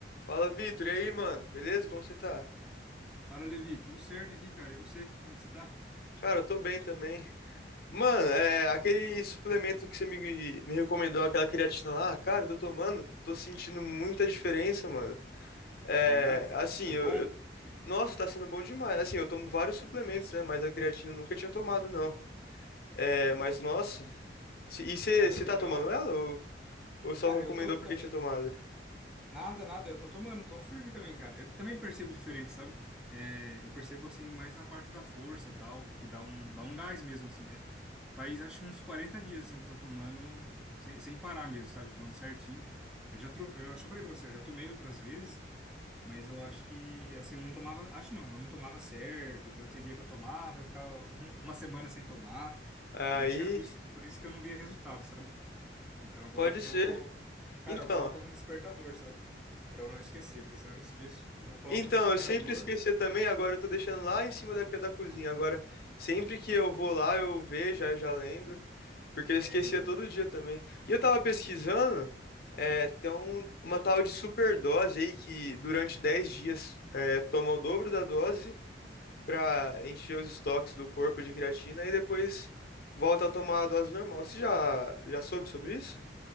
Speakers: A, on the left (about 55°); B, in the centre.
A: Fala, Vitor. E aí, mano? Beleza? Como você tá?
B: Fala, Levi, tudo certo aqui, cara? E você? Como que você tá?
A: Cara, eu tô bem também. Mano, é, aquele suplemento que você me, me recomendou, aquela creatina lá, cara, eu tô tomando, tô sentindo muita diferença, mano. É,
B: Verdade?
A: assim,
B: Foi
A: eu,
B: bom?
A: eu- nossa, tá sendo bom demais. Assim, eu tomo vários suplementos, né? Mas a creatina eu nunca tinha tomado, não. É, mas, nossa, e você
B: Cara,
A: você
B: legal.
A: tá tomando ela ou, ou só
B: Cara,
A: recomendou
B: eu tô
A: porque
B: também.
A: tinha tomado?
B: Nada, nada, eu tô tomando, tô firme também, cara. Eu também percebo diferença, sabe? É, eu percebo assim mais na parte da força, tal, que dá um, dá um gás mesmo, assim, né? Faz acho uns 40 dias assim que eu tô tomando sem, sem parar mesmo, sabe? Tomando certinho. Eu já tro... eu acho que eu falei pra você, eu já tomei outras vezes. Mas eu acho que, assim, eu não tomava, acho não, eu não tomava certo, então tinha dia que eu tomava e ficava <laughs> uma semana sem tomar.
A: Aí,
B: Daí acho que era por isso, por isso que eu não via resultado, sabe? Então agora
A: pode
B: eu
A: ser.
B: tô. Cara,
A: Então.
B: eu coloco um despertador, sabe? Pra eu não esquecer, porque senão eu esqueço. Então eu coloco
A: Então,
B: um despertador.
A: eu sempre esquecia também, agora eu tô deixando lá em cima da pia da cozinha. Agora, sempre que eu vou lá, eu vejo, aí eu já lembro, porque eu esquecia
B: É, então.
A: todo dia também. E eu tava pesquisando, é, tem um- uma tal de superdose aí que durante 10 dias é, toma o dobro da dose pra encher os estoques do corpo de creatina e depois volta a tomar a dose normal. Você já, já soube sobre isso?